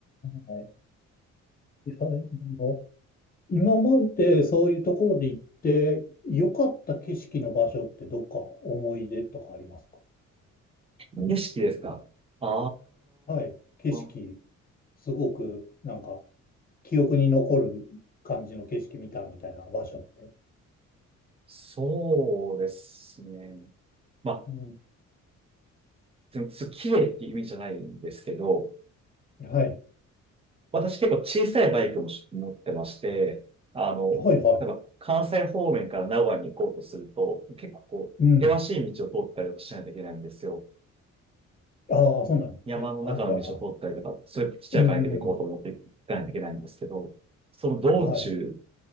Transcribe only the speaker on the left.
はいはいあの今までそういうところで行って良かった景色の場所ってどっか思い出とかありますか
はい。景色、
すごくなんか記憶に残る感じの景色見たみたいな場所って。
うん。
はい。
はいはい。
うん。
ああ、そうなんですね。
はいはいは
い。うんうん
うん。はい。